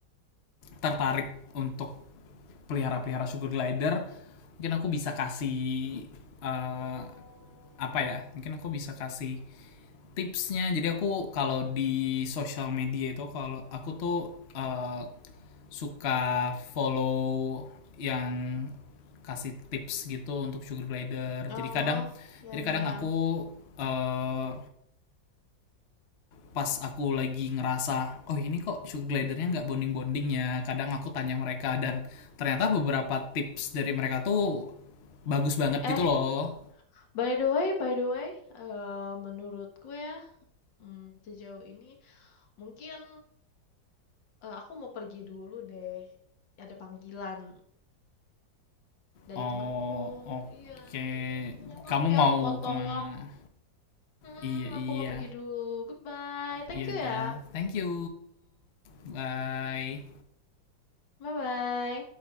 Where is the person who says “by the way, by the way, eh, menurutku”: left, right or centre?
Left